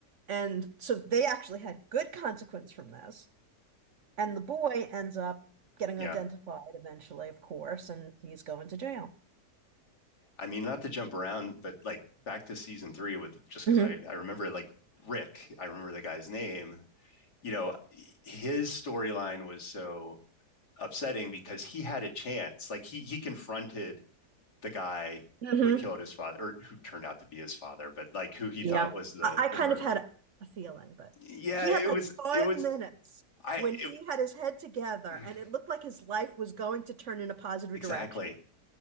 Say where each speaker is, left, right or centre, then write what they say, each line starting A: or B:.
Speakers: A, on the right; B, on the left.
A: And so they actually had good consequence from this. And the boy ends up getting
B: yeah.
A: identified eventually, of course, and he's going to jail.
B: I mean, not to jump around, but like back to season three with just because
A: hmm
B: I, I remember like Rick, I remember the guy's name, you know, his storyline was so upsetting because he had a chance. Like he he confronted the guy
A: hmm
B: who had killed his father or who turned out to be his father, but like who he
A: Yeah.
B: thought was the
A: I, I
B: the
A: kind
B: murderer.
A: of had a feeling, but
B: Yeah,
A: he
B: it
A: had like
B: was
A: five
B: it was
A: minutes
B: I
A: when
B: it,
A: he had his head together
B: <clears throat>
A: and it looked like his life was going to turn in a positive
B: exactly.
A: direction.